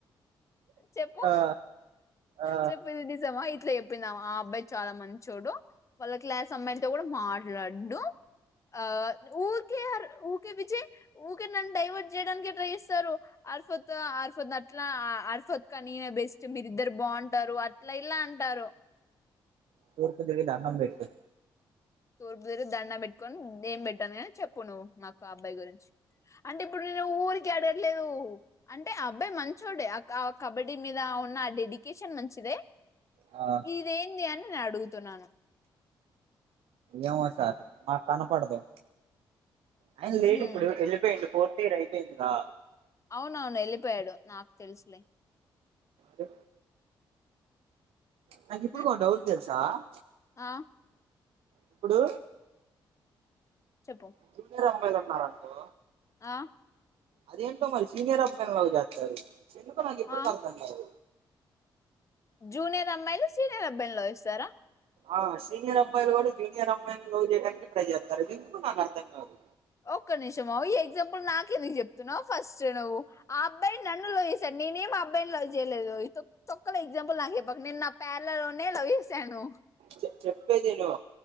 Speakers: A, on the left; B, on the right.
A: చెప్పు
B: ఆ ఆ
A: చెప్పు ఇది నిజమా అట్ల చెప్పింది ఆమె ఆ అబ్బాయి చాలా మంచోడు వాళ్ళ క్లాస్ అమ్మాయితో కూడా మాట్లాడడు ఆ ఉరికే ఊ కే పిల్చి ఊకే నన్ను డైవర్ట్ చేయడానికే ట్రై చేస్తారు అర్ఫత్ అర్ఫత్ అట్లా అర్ఫత్ కానీ బెస్ట్ మీరిద్దరు బాగుంటారు అట్లా ఇలా అంటారు
B: తూర్పు తిరిగి దండం పెట్టు
A: తూర్పు తిరిగి దండం పెట్టుకొని నేమ్ పెట్టను చెప్పు నువ్వు నాకు అబ్బాయి గురించి అంటే ఇప్పుడు నేను ఊరికే అడగట్లేదు అంటే ఆ అబ్బాయి మంచోడే కా కబడ్డీ మీద ఉన్న ఆ డెడికేషన్ మంచిదే
B: ఆ
A: ఇదేంది అని నేను అడుగుతున్నాను
B: ఏమో సార్ మాకి కనపడదు ఆయన లేడు
A: హ్మ్
B: ఇప్పుడు వెళ్ళిపోయిండు ఫోర్ ర్త్ ఇయర్ అయిపోయిందిగా
A: వును వెళ్ళిపోయాడు నాకు తెలుసులే
B: అ నాకు ఇప్పుడుకో
A: హ్మ్
B: డౌట్ తెలుసా ఆ
A: ఆ
B: ఇప్పుడు
A: చెప్పు
B: జూనియర్ అమ్మాయిల న్నారుకో
A: ఆ
B: అదేంటో మరి సినియర్ అబ్బాయిలని లవ్ చేస్తారు ఎందుకో నాకు ఇప్పుడుకి
A: ఆ
B: అర్థం కాదు
A: జూనియర్ అమ్మాయిలు సీనియర్ అబ్బాయిలను లవ్ చేస్తారా
B: ఆ సీనియర్ అబ్బాయిలు కూడా జూనియర్ అమ్బయిలు లవ్ చేయడానికి ట్రై చేస్తారు ఎందుకొ నాకు అర్థం కాదు
A: ఒక్క నిమిషం ఈ ఎగ్జాంపుల్ నాకెందుకు చెప్తున్నావ్ ఫస్ట్ నువ్వు ఆ అబ్బాయి నన్ను లవ్ చేసాడు నేనేమి అబ్బాయిని ల చేయలేదు ఇ తొక్క తొక్కల ఎగ్జాంపుల్ నాకు చెప్పకు నేను నా ప్యార్లల్ లోనే లవ్ జేశాను
B: చె చెప్పేదిను